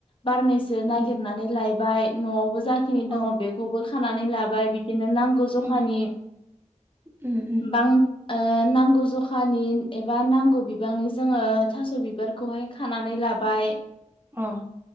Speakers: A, on the left; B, on the right.
A: बारनैसो सो नागिरनानै
B: उम
A: लायबाय न'आवबो जाखिनि
B: अ
A: दङ बेखौबो खानानै लाबाय बि दिनो नांगौ
B: उम
A: जखानि
B: उम उम
A: बां ओ नांगौ जखानि एबा नांगौ बिबांनि जोङो थास' बिबारखौहाय खानानै लाबाय
B: उम